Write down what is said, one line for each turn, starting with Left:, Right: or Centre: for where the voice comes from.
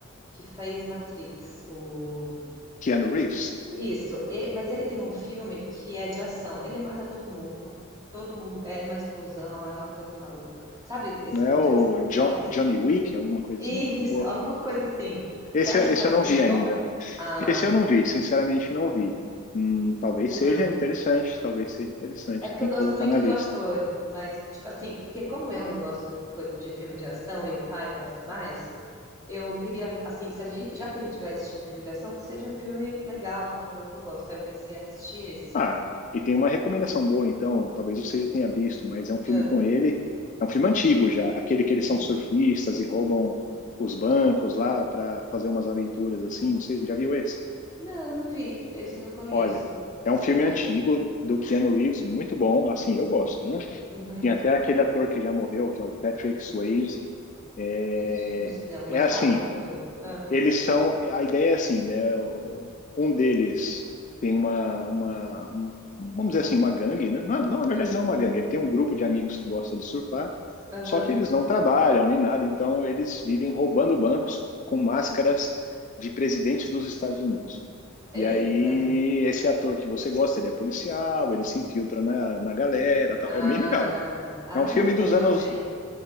Right: que fez Matrix, o.
Left: Keanu Reeves,
Right: Isso, e- mas ele tem um filme que é de ação. Ele mata todo mundo, todo mundo é uma explosão, é uma coisa maluca. Sabe esse
Left: não
Right: filme
Left: é o
Right: de ação que
Left: Jo-
Right: ele faz?
Left: Johnny Wick, alguma coisa
Right: Isso,
Left: assim? Pô,
Right: <laughs> alguma coisa assim.
Left: Esse,
Right: Você acha
Left: esse
Right: que é
Left: eu
Right: um
Left: não
Right: filme
Left: vi
Right: bom?
Left: ainda.
Right: Ah,
Left: Esse eu não vi, sinceramente não vi. Hum, talvez
Right: tá.
Left: seja interessante, talvez seja interessante,
Right: É porque
Left: tem
Right: eu gosto
Left: que colocar
Right: muito
Left: na lista.
Right: do ator, mas tipo assim, porque como eu não gosto de co- de filme de ação e o Caio gosta mais, eu queria assim, se a gente- já que a gente vai assistir um filme de ação, que seja um filme legal com um ator que eu gosto. Aí eu pensei em assistir esse.
Left: Ah, e tem uma recomendação boa, então, talvez você já tenha visto, mas é um filme
Right: Ah,
Left: com ele, é um filme antigo já, aquele que eles
Right: hum.
Left: são surfistas e roubam os bancos lá para fazer umas aventuras assim, não sei, já viu esse?
Right: Não, não vi. Esse eu não conheço.
Left: Olha, é um filme
Right: É bom?
Left: antigo do Keanu Reeves, muito bom, assim, eu gosto, né?
Right: Uhum.
Left: Tem até aquele ator que já morreu, que é o Patrick Swayze, é,
Right: Ixi, não sei não,
Left: é
Right: mas
Left: assim,
Right: tá, confio. Ah,
Left: Eles são. A ideia é assim, né? o- Um deles tem uma, uma, um- vamos dizer assim, uma gangue, né? Não, não, na verdade,
Right: ah,
Left: não é uma gangue. Ele tem um grupo de amigos que gosta de surfar,
Right: Aham.
Left: só que eles não trabalham nem nada, então eles vivem roubando bancos com máscaras de presidentes dos Estados Unidos. E
Right: Eita.
Left: aí, esse ator que você gosta, ele é policial, ele se infiltra na, na galera, tal.
Right: Ah,
Left: É bem legal.
Right: ah,
Left: É um filme
Right: le- não,
Left: dos
Right: eu
Left: anos
Right: adorei.